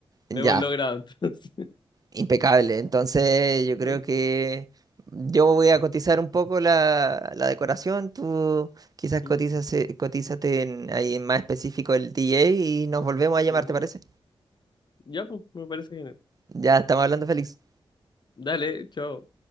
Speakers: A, on the left; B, on the right.
A: Lo
B: Ya.
A: hemos logrado entonces. <laughs>
B: Impecable. Entonces, yo creo
A: Sí.
B: que yo voy a cotizar un poco la, la decoración. Tú quizás cotizas,
A: Mm,
B: eh, cotízate en- ahí en más específico el DJ y nos volvemos a llamar,
A: ujú.
B: ¿te parece?
A: Ya, pues, me parece genial.
B: Ya estamos hablando, Félix.
A: Dale, chao.